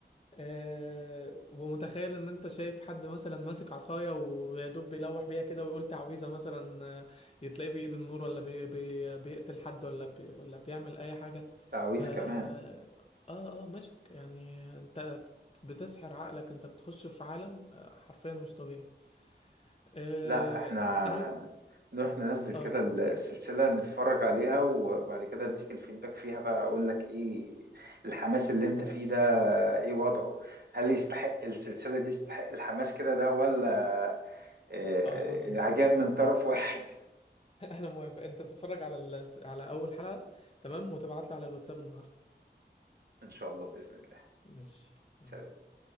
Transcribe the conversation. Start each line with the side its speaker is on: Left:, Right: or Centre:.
Left: أه... ومتخيل ان انت شايف حد مثلا ماسك عصايه ويا دوب بيلوح بيها كده ويقول تعويذه مثلا آه، يتلاقيه بايد النور ولا بي... بي... بيقتل حد ولا بي... ولا بيعمل اي حاجه
Right: تعويذ
Left: ف اه
Right: كمان
Left: اه مشك يعني انت بتسحر عقلك انت بتخش في عالم آه، حرفيا مش طبيعي أه...
Right: لا احنا
Left: انا ممكن...
Right: نروح ننزل كده
Left: اه
Right: السلسله نتفرج عليها وبعد كده اديك الفيدباك فيها بقى اقول لك ايه الحماس اللي
Left: خلاص
Right: انت فيه ده ايه وضعه هل يستحق
Left: خ-
Right: السلسله دي يستحق الحماس كده ده ولا آه، آه،
Left: اه انا موافق
Right: عجاب
Left: <laughs>
Right: من طرف واحد
Left: انا موافق انت تتفرج على ال... على اول حلقة تمام وتبعت لي على الواتساب النهاردة
Right: إن شاء الله بإذن الله
Left: ماشي
Right: سلام
Left: يلا سلام